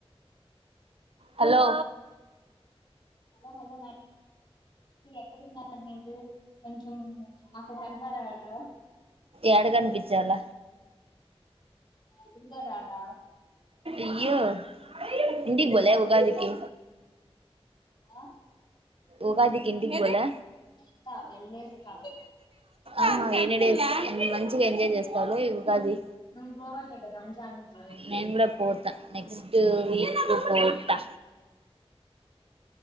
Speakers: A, on the right; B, on the left.
A: హలో
B: హలో హలో ఎక్కడన్నారు మీరు ఇంట్లో ఉన్న అప్పుడు కంసారటా
A: ఏడ కనిపిచ్చల్ల
B: ఎదురుగారాడా
A: అయ్యో ఇంటికి పోలే ఉగాదికి
B: అ
A: ఉగాదికి ఇంటికి పోలే
B: వెళ్తా వెళ్ళేస్తా
A: ఆహా ఎన్ని డేస్ మంచిగా ఎంజాయ్ చేస్తావులే ఈ ఉగాది
B: నువ్వు పోవట్లేదా రంజాన్ కి
A: నేను కూడా కూడా పోతా నెక్స్ట్ వీక్ పోతా
B: <inaudible>